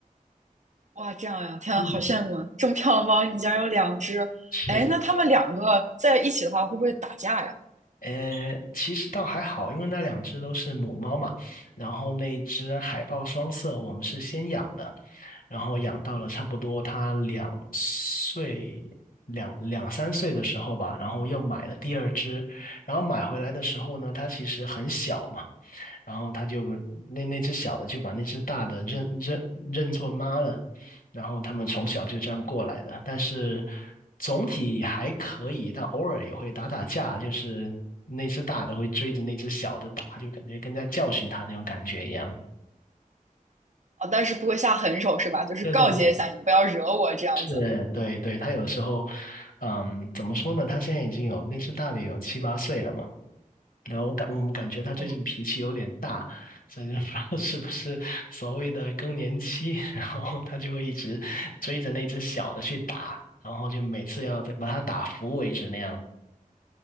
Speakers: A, on the right; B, on the left.
A: 哇，这样呀，天啊，
B: 嗯，
A: 好羡慕啊！这么漂亮的猫，你竟然有两只。
B: 是。
A: 哎，那它们两个在一起的话，会不会打架呀？
B: 呃，其实倒还好，因为那两只都是母猫嘛，然后那一只海豹双色，我们是先养的，然后养到了差不多它两岁、两两三岁的时候吧，然后又买了第二只，然后买回来的时候呢，它其实很小嘛，然后他就那那只小的就把那只大的认认认作妈了，然后他们从小就这样过来的，但是总体还可以，但偶尔也会打打架，就是那只大的会追着那只小的打，就感觉跟在教训他那种感觉一样。
A: 啊，但是不会下狠手是吧？就是告诫一下你，
B: 对对对，
A: 不要惹我这样子。
B: 是，对对，他有时候，嗯，怎么说呢？他现在已经有那只大的有七八岁了嘛。然后我感我们感觉他最近脾气有点大，
A: 哇，
B: 所以就 <laughs> 不知道是不是所谓的更年期，<laughs> 然后他就会一直追着那只小的去打，然后就每次要把它打服为止那样。